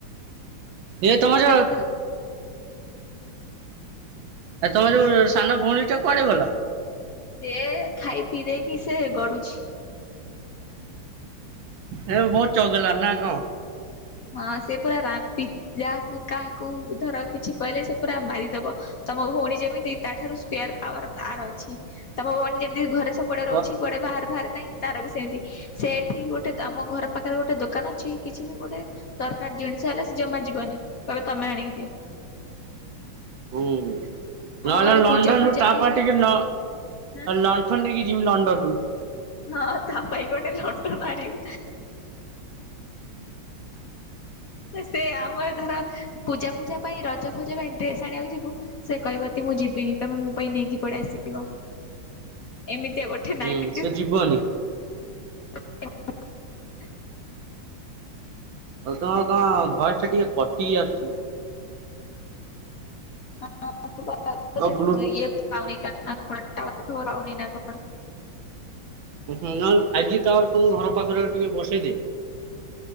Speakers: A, on the right; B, on the left.
A: ଏ ତମଜ
B: ନା ଚାରିଟା
A: ଆ ତମର ଯୋଉ ସାନ ଭଉଣୀ ଟା କୁଆଡେ ଗଲା?
B: ସେ ଖାଇ ପିଇ ଦେଇକି ସେ ଗଡୁଛି।
A: ଏବେ ବହୁତ ଚଗଲା ନା କଣ।
B: ହଁ ସେ ପୁରା ରାବି ଯାହାକୁ କାହାକୁ ଧର କିଛି କହିଲେ ସେ ପୁରା ମାରିଦେବ। ତମ ଭଉଣୀ ଯେମିତି ତାଠାରୁ ସ୍କୋୟାର ପାୱାର ତାର ଅଛି ତମ ଭଉଣୀ ଯେମିତି ଘରେ ସବୁ ବେଳେ
A: ହୁଁ
B: ରହୁଛି କୁଆଡେ ବାହାରକୁ ବାହାରେ ନାହିଁ ତାର ବି ସେମିତି ସେ ଏଠି ଗୋଟେ ଆମ ଘର ପାଖରେ ଗୋଟେ ଦୋକାନ ଅଛି କିଛି ବି ଗୋଟେ ଦରକାର ଜିନିଷ ହେଲେ ସେ ଜମା ଯିବନି କହିବେ ତମେ ଆଣିକି ଦିଅ।
A: ଉଁ ହୁଁ।
B: ଆମ
A: ନହେଲେ
B: ଘରେ
A: ଲଣ୍ଡନରୁ
B: ପୂଜା ପୂଜା
A: ତାପାଇଁ
B: ବି ହେଲେ
A: ଟିକେ ଲ
B: ହଁ
A: ଲଣ୍ଠନ ନେଇକି ଯିବି ଲଣ୍ଡନରୁୁ।
B: ହଁ ତା ପାଇଁ ଗୋଟେ ଲଣ୍ଠନ ଆଣିବୁ। ସେ ଆମର ଧର ପୂଜା ପୂଜା ପାଇଁ ରଜ ଜା ପାଇଁ ଡ୍ରେସ ଆଣିବାକୁ ଯିବୁ ସେ କହିବ ତି ମୁଁ ଯିବିନି ତମେ ମୋ ପାଇଁ ନେଇକି ପଳେଇ ଆସିବ। ରିବ ଏମିତିଆ ଗୋଟେ ନାଇଣ୍ଟିଜ
A: ହୁଁ ସେ ଯିବନି।
B: <unintelligible>
A: ଆଉ ତମର କଣ ଭଏସ ଟା ଟିକେ କଟିିକି ଆସୁଛି।
B: <unintelligible>
A: ତ ବ୍ଲୁ ହୁଁ ହୁଁ ନହେଲେ ଫାଇବ ଜି ଟାୱାର ତମ ଘର ପାଖରେ ଟିକେ ବସେଇଦେ।